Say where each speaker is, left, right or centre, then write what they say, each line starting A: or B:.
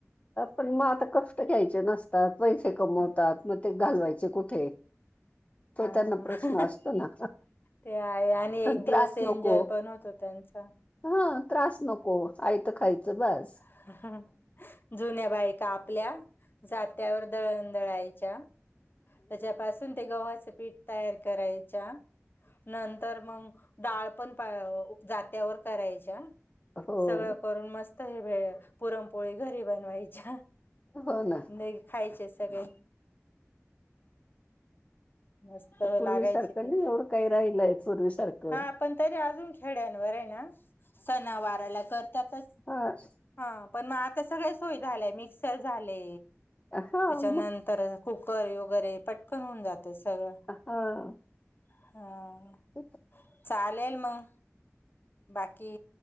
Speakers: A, on the left; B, on the left.
A: पण मग आता कष्ट घ्यायचे नसतात, पैसे कमवतात मग ते घालवायचे कुठे? तो
B: हा.
A: त्यांना प्रश्न असतो ना.
B: ते आहे आणि एक दिवस
A: त्रास
B: एन्जॉय
A: नको.
B: पण होतो त्यांचा
A: हा त्रास नको. आयत खायचं बस.
B: <unintelligible> जुन्या बायका आपल्या जात्यावर दळण दळायच्या त्याच्यापासून ते गव्हाच पीठ तयार करायच्या, नंतर मग डाळ पण प जात्यावर करायच्या.
A: हो
B: सगळं करून मस्त हे पुरण पोळी घरी बनवायच्या.
A: हो ना.
B: ते खायचे सगळे. मस्त
A: आता पूर्वीसारखं
B: लागायची ते.
A: नाही एवढं काही राहिलय पूर्वीसारखं.
B: हा पण तरी अजून खड्यांवर आहे ना. सणावाराला करतातच.
A: ह.
B: हा पण मग आता सगळे सोय झाल्या. मिक्सर झाले.
A: हा
B: त्याच्यानंतर
A: मग
B: तर कुकर वगैरे पटकन होऊन जातं सगळं.
A: हा.
B: हा.
A: <unintelligible>
B: चालेल मग. बाकी